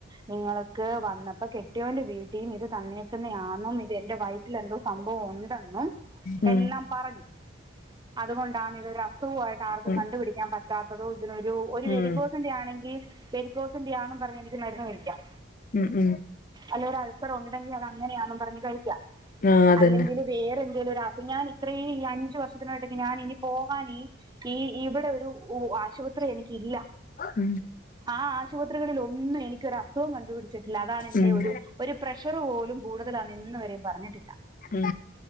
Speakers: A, on the right (about 20°); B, on the left (about 45°).
A: നിങ്ങളൊക്കെ വന്നപ്പോ കെട്ടിയോന്റെ വീട്ടീന്ന് ഇത് തന്നേക്ക്‌ന്നെയാണോ ഇത് എന്റെ വൈ ഇതിലെന്തോ സംഭവം ഉണ്ടെന്നും
B: ഉം ഉം
A: എല്ലാം പറഞ്ഞു അതുകൊണ്ടാണ് ഇതൊരു അസുഖയിട്ട് ആർക്കും
B: ഉം
A: കണ്ടുപിടിക്കാൻ പറ്റാത്തതു ഇതിനൊരു ഒരു
B: ഉം
A: വരികോസ് മുട്ടിന്റെ ആണെങ്കി വെരിക്കോസിന്റെ ആന്നും പറഞ്ഞ് എനിക്ക് മരുന്ന് കഴിക്കാം
B: ഉം ഉം ഉം
A: അല്ലൊരാൾ ഇപ്പ അത് ഒണ്ടെങ്കി അത് അങ്ങനെയാന്നും പറഞ്ഞ് കഴിക്കാം
B: ആഹ് അതന്നെ
A: അല്ലെങ്കില് വേറെ എന്തേലും ഒരാക്ക് ഞാൻ ഇത്രയും ഈ അഞ്ചു വർഷത്തിനോട്ടക്ക് ഞാൻ ഇനി പോകാൻ ഈ ഇ ഇവിടൊരു ഉ ആശുപത്രി എനിക്കില്ല
B: ഉം
A: ആ ആശുപത്രികളിൽ ഒന്നും എനിക്കൊരു അസുഖം കണ്ടുപിടിച്ച് വെച്ചിട്ടില്ല അതാണ് എന്റെ
B: ഉം ഉം
A: ഒരു ഒരു പ്രഷറ് പോലും കൂടുതൽ ആന്ന് ഇന്ന് വരെയും പറഞ്ഞിട്ടില്ല
B: ഉം